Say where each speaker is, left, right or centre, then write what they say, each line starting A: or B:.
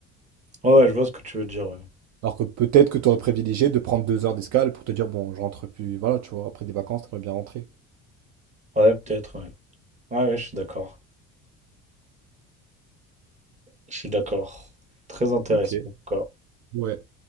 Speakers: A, on the right; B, on the right.
A: Ouais, ouais, je vois ce que tu veux dire, ouais.
B: Alors que peut-être que tu aurais privilégié de prendre deux heures d'escale pour te dire, bon, je rentre plus, voilà, tu vois, après des vacances, t'aimerais bien rentrer.
A: Ouais, peut-être, ouais. Ouais, ouais, je suis d'accord. Je suis d'accord. Très intéressant,
B: OK.
A: en tout cas.
B: Ouais.